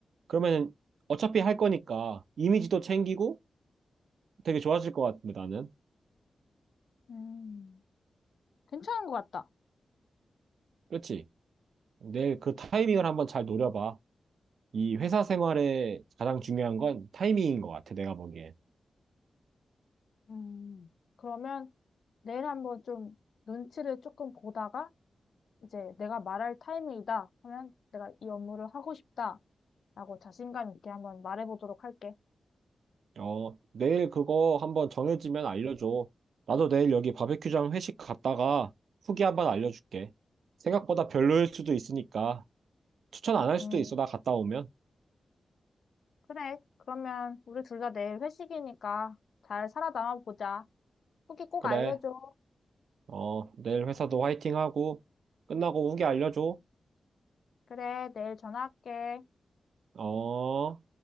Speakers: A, on the right; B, on the left.
A: 그러면은 어차피 할 거니까 이미지도 챙기고 되게 좋아질 것 같은데 나는.
B: 음, 괜찮은 것 같다.
A: 그렇지. 내일 그 타이밍을 한번 잘 노려봐. 이 회사 생활에 가장 중요한 건 타이밍인 것 같아, 내가 보기엔.
B: 음, 그러면 내일 한번 좀 눈치를 조금 보다가 이제 내가 말할 타이밍이다 하면 내가 이 업무를 하고 싶다라고 자신감 있게 한번 말해보도록 할게.
A: 어, 내일 그거 한번 정해지면 알려줘. 나도 내일 여기 바베큐장 회식 갔다가 후기 한번 알려줄게. 생각보다 별로일 수도 있으니까 추천 안 할 수도
B: 음,
A: 있어, 나 갔다 오면.
B: 그래. 그러면 우리 둘 다 내일 회식이니까 잘 살아남아 보자. 후기 꼭
A: 그래.
B: 알려줘.
A: 어, 내일 회사도 화이팅 하고 끝나고 후기 알려줘.
B: 그래, 내일 전화할게.
A: 어.